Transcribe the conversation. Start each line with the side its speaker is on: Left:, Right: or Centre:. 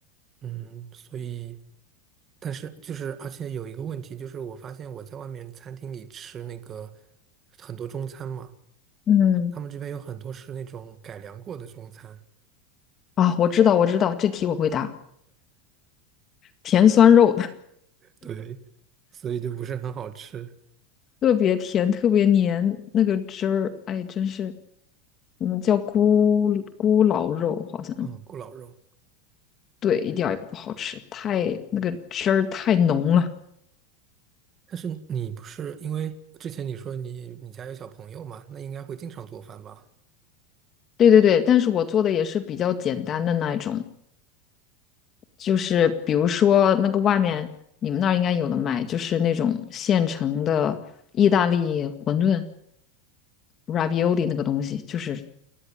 Right: 嗯，所以但是就是而且有一个问题就是，我发现我在外面餐厅里吃那个很多中餐嘛，
Left: 嗯，
Right: 他们这边有很多是那种改良过的中餐，
Left: 啊，我知道，我知道，这题我会答，甜酸肉，<laughs>
Right: 对，所以就不是很好吃。
Left: 特别甜，特别黏，那个汁儿，哎，真是，嗯，叫咕咕老肉，好像
Right: 嗯，咕老肉。
Left: 对，一点儿也不好吃，太那个汁儿太浓了。
Right: 但是你不是因为之前你说你你家有小朋友嘛，那应该会经常做饭吧？
Left: 对对对，但是我做的也是比较简单的那一种，就是比如说那个外面你们那儿应该有的卖，就是那种现成的意大利馄饨 （ravioli） 那个东西，就是